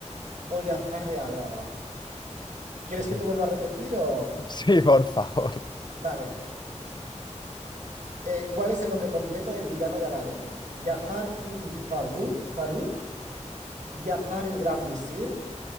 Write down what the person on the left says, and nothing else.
<laughs>
Sí, por favor.